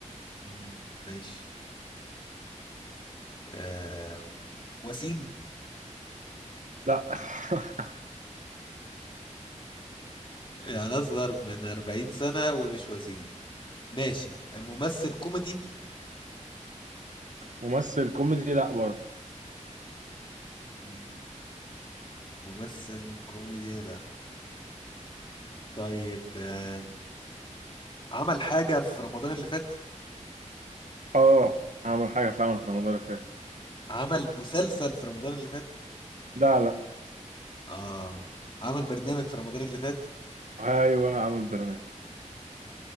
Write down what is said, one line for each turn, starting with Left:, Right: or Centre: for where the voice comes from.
Left: مم، ماشي آه وسيم
Right: لا <laughs>
Left: يعني أصغر من 40 سنة ومش وسيم ماشي ممثل كوميدي
Right: ممثل كوميدي لا برضه
Left: مم. ممثل كوميدي لا طيب آم، عمل حاجة في رمضان اللي فات
Right: اه عمل حاجة فعلا في رمضان اللي فات
Left: عمل مسلسل في رمضان اللي فات
Right: لا لا
Left: اه عمل برنامج في رمضان اللي فات
Right: ايوه عمل برنامج